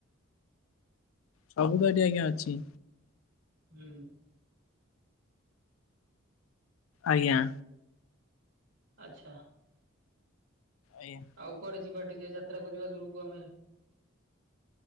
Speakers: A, on the left (about 75°); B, on the right (about 75°).
A: ସବୁତ ଏଠି ଆଜ୍ଞା ଅଛି।
B: ହୁଁ।
A: ଆଜ୍ଞା।
B: ଆଚ୍ଛା।
A: ଆଜ୍ଞା।
B: ଆଉ କୁଆଡେ ଯିବା ଟିକେ ଯାତ୍ରା କରିବା ଦୂରକୁ ଆମେ।